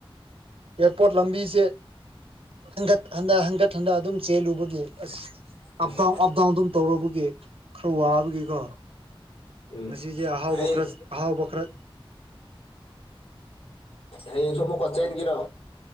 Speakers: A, on the right; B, on the left.
A: ꯑꯦꯌꯥꯔꯄꯣꯔꯠ ꯂꯝꯕꯤꯁꯦ ꯍꯟꯒꯠ ꯍꯟꯗ ꯍꯟꯒꯠ ꯍꯟꯗ ꯑꯗꯨꯝ ꯆꯦꯜꯂꯨꯕꯒꯤ ꯑꯁ
B: ꯎꯝ
A: ꯑꯞꯗꯥꯎꯟ ꯑꯞ ꯗꯥꯎꯟ ꯑꯗꯨꯝ ꯇꯧꯔꯨꯔꯕꯒꯤ ꯈꯔ ꯋꯥꯕꯒꯤꯀꯣ
B: ꯎꯝ
A: ꯉꯁꯤꯁꯦ ꯑꯍꯥꯎꯕ
B: ꯍꯌꯦꯡ
A: ꯈꯔ ꯑꯍꯥꯎꯕ ꯈꯔ
B: ꯑꯩ ꯁꯨ ꯑꯃꯨꯛ ꯀꯆꯦꯜꯀꯦꯔꯣ